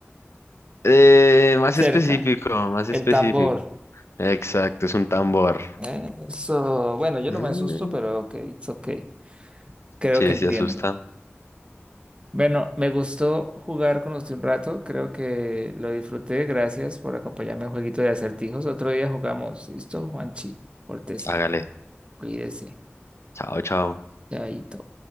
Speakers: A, on the left; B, on the right.
A: Eh, más
B: cerca,
A: específico, más
B: el
A: específico.
B: tambor.
A: Exacto, es un tambor.
B: Eh, eso, bueno, yo
A: Mm,
B: no me asusto, pero ok, it's ok. Creo
A: Sí,
B: que entiendo.
A: sí, asusta.
B: Bueno, me gustó jugar con usted un rato, creo que lo disfruté. Gracias por acompañarme al jueguito de acertijos. Otro día jugamos. ¿Listo, Juanchi? Pórtese,
A: Hágale.
B: cuídese,
A: Chao, chao.
B: chaito.